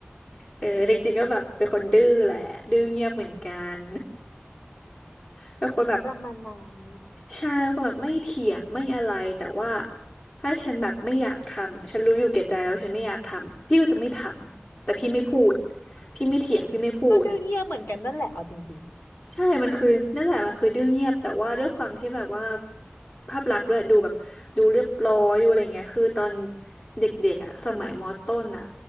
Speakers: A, on the left; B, on the left.
A: เออจริงๆก็แบบเป็นคนดื้อแหละดื้อเงียบเหมือนกัน เป็นคนแบบ
B: ประมาณนั้น
A: ใช่เป็นคนแบบไม่เถียงไม่อะไรแต่ว่าถ้าฉันแบบไม่อยากทำฉันรู้อยู่แก่ใจแล้ววาฉันไม่อยากทำพี่ก็จะไม่ทำแต่พี่ไม่พูดพี่ไม่เถียงพี่ไม่พูด
B: ก็ดื้อเงียบเหมือนกันนั่นแหละเอาจริง
A: ใช่มันคือนั่นแหละมันคือดื้อเงียบแต่ว่าด้วยความที่แบบว่าภาพลักษณ์ด้วยดูแบบดูเรียบร้อยดูอะไรเงี้ยคือตอนเด็กๆอ่ะสมัยมอต้นอ่ะ